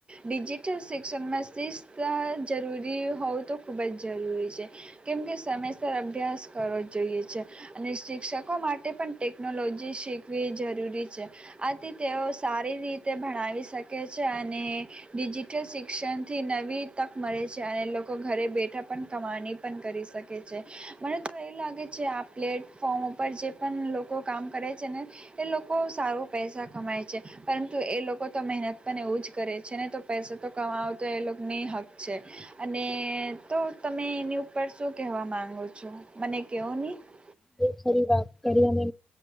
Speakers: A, on the right (about 25°); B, in the centre.
A: ડિજિટલ શિક્ષણમાં શિસ્ત અહ જરૂરી હોવું તો ખૂબ જ જરૂરી છે, કેમકે સમયસર અભ્યાસ કરવો જોઈએ છે, અને શિક્ષકો માટે પણ ટેકનોલોજી શીખવી જરૂરી છે. આથી તેઓ સારી રીતે ભણાવી શકે છે, અને ડિજિટલ શિક્ષણથી નવી તક મળે છે, અને લોકો ઘરે બેઠા પણ કમાણી પણ કરી શકે છે. મને તો એ લાગે છે આ પ્લેટફોર્મ ઉપર જે પણ લોકો કામ કરે છે ને એ લોકો સારો પૈસા કમાય છે, પરંતુ એ લોકો તો મહેનત પણ એવું જ કરે છે ને તો પૈસા તો કમાવો તો એ લોકની હક છે. અને તો તમે એની ઉપર શું કહેવા માગો છો, મને કહો નહીં
B: બ ફરી વાત કરીને.